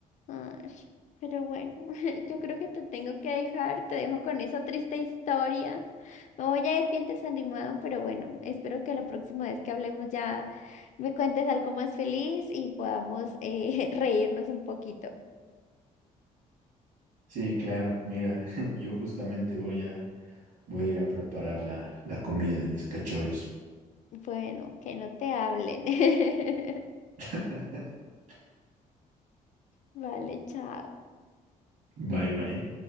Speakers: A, on the left; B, on the right.
A: Ash, pero bueno, <laughs> yo creo que te tengo que dejar, te dejo con esa triste historia. Me voy a ir bien desanimada, pero bueno, espero que la próxima vez que hablemos ya me cuentes algo más feliz y podamos eh, <laughs> reírnos un poquito.
B: Sí, claro, mira, <laughs> yo justamente voy a, voy a ir a preparar la, la comida de mis cachorros.
A: Bueno, que no te hablen. <laughs>
B: <laughs>
A: Vale, chao.
B: Bye, bye.